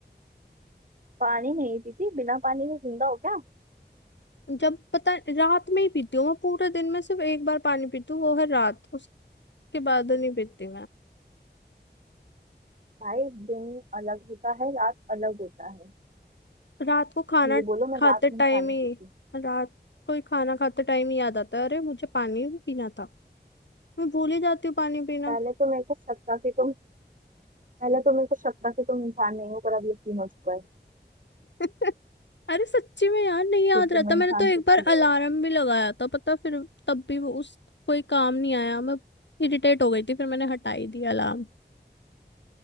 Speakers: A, on the right; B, on the left.
A: पानी नहीं पीती बिना पानी के जिंदा हो क्या
B: जब पता रात में ही पीती हूँ मैं पूरे दिन में सिर्फ एक बार पानी पीती हूँ वो है रात उसके बाद नहीं पीती
A: भाई दिन अलग होता है रात अलग होता है
B: रात को खाना
A: ये बोलो मैं
B: खाते
A: रात में
B: टाइम
A: पानी
B: ही
A: पीती हूँ।
B: रात को ही खाना खाते टाइम ही याद आता है अरे मुझे पानी भी पीना था मैं भूल ही जाती हूँ पानी पीना
A: पहले तो मेरे को शक था कि तुम पहले तो मेरे को शक था कि तुम इंसान नहीं हो पर अब यकीन हो चुका है
B: <laughs> अरे सच्ची में यार नहीं याद
A: कि तुम
B: रहता
A: इंसान
B: मैंने तो एक
A: कुछ
B: बार
A: ही नहीं
B: अलार्म
A: हो
B: भी लगाया था पता फिर तब भी वो उस कोई काम नहीं आया मैं इरिटेट हो गई थी फिर मैंने हटा ही दिया अलार्म